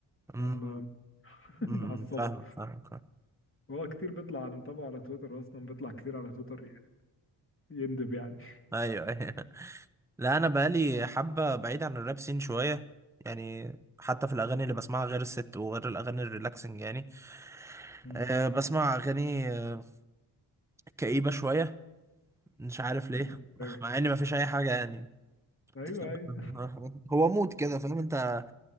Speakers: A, in the centre; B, on the left (about 25°).
A: امم
B: عم <laughs>
A: امم
B: معصبه
A: فاهم فاهم
B: وهو كتير بيطلع انا متابعه على تويتر اصلا بيطلع كتير على تويتر يعني يندب يعني
A: ايوه ايوه <laughs> لا انا بقالي حبة بعيد عن الراب سين شوية يعني حتى في الاغاني اللي بسمعها غير الست وغير الاغاني الريلاكسنج يعني
B: مم.
A: أه بسمع اغاني آه، كئيبة شوية مش عارف
B: <laughs>
A: ليه
B: يعني
A: مع ان مفيش اي حاجه يعني
B: ايوه
A: بتسبب
B: ايوه
A: آه، هو مود كده فاهم انت